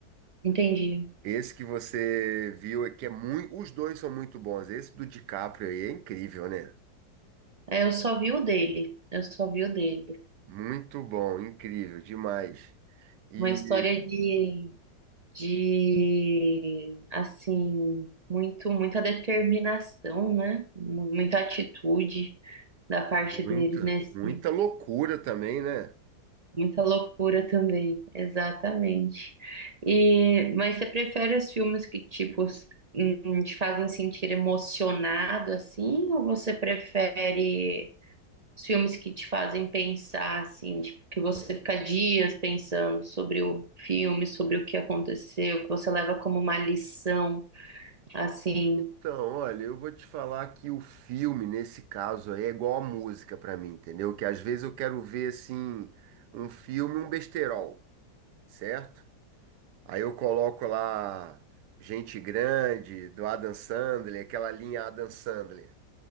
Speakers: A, on the right; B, on the right.
A: Entendi.
B: Esse que você viu é que é muito, os dois são muito bons. Esse do DiCaprio aí é incrível, né?
A: É, eu só vi o dele. Eu só vi o dele.
B: Muito bom, incrível, demais. E
A: Uma história de, de assim, muito, muita determinação, né? Mu- Muita atitude da parte
B: muita,
A: dele, nesse,
B: muita loucura também, né?
A: Muita loucura também, exatamente. E, mas você prefere os filmes que, tipo, s- hum, te fazem sentir emocionado, assim, ou você prefere Os filmes que te fazem pensar, assim, tipo, que você fica dias pensando sobre o filme, sobre o que aconteceu, que você leva como uma lição, assim,
B: Então, olha, eu vou te falar que o filme, nesse caso aí, é igual a música pra mim, entendeu? Que às vezes eu quero ver, assim, um filme, um besterol, certo? Aí eu coloco lá Gente Grande, do Adam Sandler, aquela linha Adam Sandler.